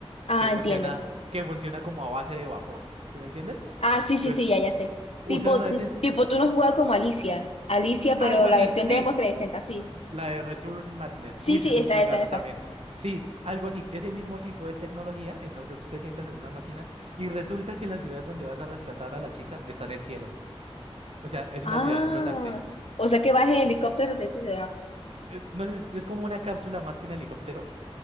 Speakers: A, on the left; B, on the right.
A: Ah,
B: Que funciona,
A: entiendo.
B: que funciona como a base de vapor, ¿sí me entiendes?
A: Ah, sí, sí,
B: Pues
A: sí, ya, ya sé.
B: usan
A: Tipo,
B: a veces
A: tipo, tú no has jugado como Alicia. Alicia, pero
B: algo
A: la
B: así,
A: versión
B: sí,
A: de Xbox 360, sí.
B: La de Return Madness.
A: Sí,
B: Uy,
A: sí,
B: ese es un
A: esa,
B: juegazo
A: esa, esa.
B: también. Sí, algo así, ese mismo tipo de tecnología. Entonces tú te sientas en una máquina y resulta que la ciudad donde vas a rescatar a la chica está en el cielo. O sea, es
A: Ah,
B: una ciudad flotante.
A: o sea que vas en helicóptero hacia esa ciudad.
B: Eh, No sé, es es como una cápsula más que un helicóptero.